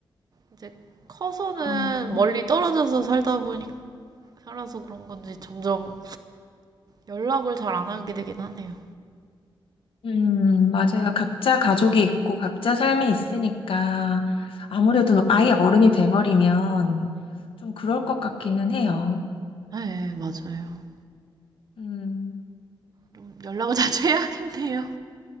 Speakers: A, on the right; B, on the left.
A: 이제 커서는
B: 아.
A: 멀리 떨어져서 살다 보니, 살아서 그런 건지 점점 연락을 잘 안 하게 되긴 하네요.
B: 음, 맞아요. 각자 가족이 있고 각자 삶이 있으니까 아무래도 아예 어른이 돼버리면 좀 그럴 것 같기는 해요.
A: 네, 맞아요.
B: 음.
A: 좀 연락을 <laughs> 자주 해야겠네요.